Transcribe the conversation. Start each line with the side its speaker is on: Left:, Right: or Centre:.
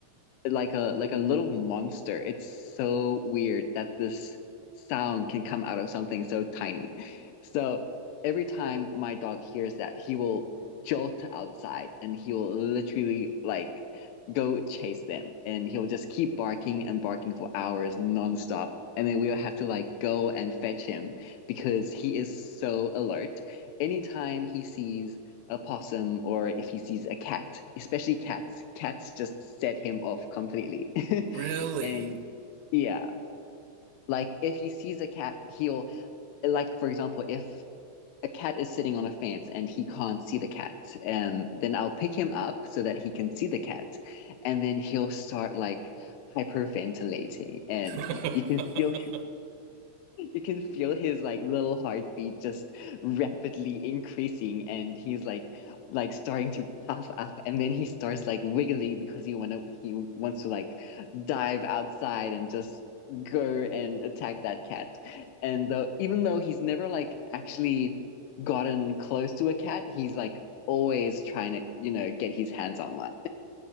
Left: like a like a little monster. It's so weird that this sound can come out of something so tiny. So every time my dog hears that, he will jolt outside and he will literally like go chase them and he'll just keep barking and barking for hours nonstop. And then we'll have to like go and fetch him because he is so alert. Anytime he sees a possum or if he sees a cat, especially cats. Cats just set him off completely. <laughs>
Right: Really?
Left: And yeah, like if he sees a cat, he'll like for example, if a cat is sitting on a fence and he can't see the cat, um, then I'll pick him up so that he can see the cat, and then he'll start like hyperventilating, and
Right: <laughs> that
Left: you can feel you can feel his like little heartbeat just rapidly increasing and he's like like starting to puff up and then he starts like wiggling because he wanna he wants to like dive outside and just go and attack that cat. And though even though he's never like actually gotten close to a cat, he's like always trying to, you know, get his hands on one.